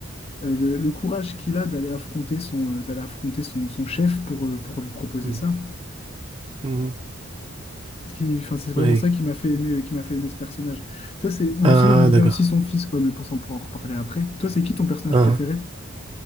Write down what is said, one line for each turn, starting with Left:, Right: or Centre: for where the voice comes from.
Left: euh, le, le courage qu'il a d'aller affronter son, euh, d'aller affronter son, son chef pour, euh, pour lui proposer
Right: mhm,
Left: ça.
Right: mhm.
Left: Ce qui- enfin, c'est vraiment
Right: Oui.
Left: ça qui m'a fait aimer, euh, qui m'a fait aimer ce personnage. Toi, c'est, ou
Right: Ah,
Left: sinon, j'aime
Right: d'accord.
Left: bien aussi son fils, quoi, mais bon, ça, on pourra en reparler après. Toi, c'est qui ton personnage
Right: Ah.
Left: préféré?